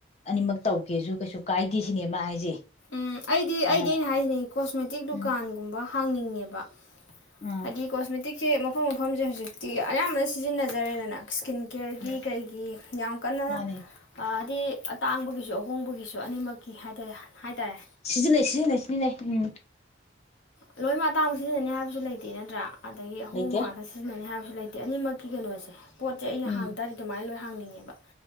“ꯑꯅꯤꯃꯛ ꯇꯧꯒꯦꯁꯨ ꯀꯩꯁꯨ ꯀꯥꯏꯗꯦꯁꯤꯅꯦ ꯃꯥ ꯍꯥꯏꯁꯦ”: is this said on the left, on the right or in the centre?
Left